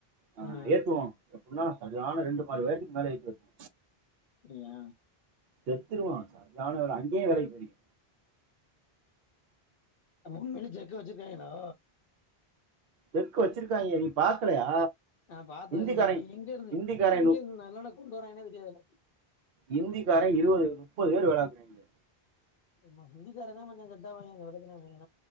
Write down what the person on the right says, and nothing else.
ஆ
ஏத்துவோ எப்புன்னா சரியான ரெண்டு மாடி உயரத்துக்கு மேல ஏத்தி வப்போ
செத்துருவா சரியான வேல அங்கியே வேலைக்கு போயிருக
ஜெக்கு வச்சிருக்காய்ங்க நீ பாக்கலையா
இந்திக்காரன்
இந்திக்காரன்
நு-
இந்திக்கார இருவது நுப்பது பேர் வேலாக்குறாய்ங்க